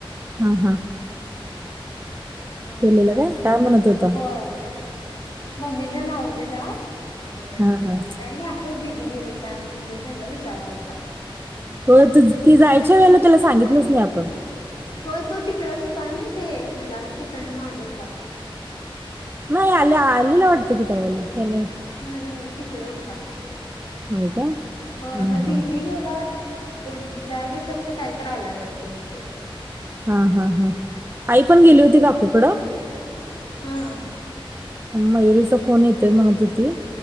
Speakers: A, on the right (about 25°); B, on the left (about 55°).
A: हा हा.
B: हम
A: गेलेला
B: मग
A: काय काय म्हणत होता
B: होय. मम्मीला लावलेला मग
A: हा हा
B: काही नाही अस च दिदी गेली काय म्हणून तेन सगळं विचारायलता.
A: हो त ती जायच्या वेळेला त्याला सांगितलंच नाही आपण.
B: होय तो तिकडच होता नाई ते ह्यला श्रीखंड महादेवला.
A: नाही आल आलेला वाटत की त्यावेळेला काय नाई.
B: नाई नाई तिकडं हुता.
A: होय का
B: होय
A: हा
B: म दिदी
A: हा
B: गेल्यावर एक दोन चार दिवसात का काय तर आलाय वाटत मग तो
A: हा हा हा आई पण गेली होती काकुकडं
B: हा.
A: मयुरीचा फोन येतोय म्हणत होती.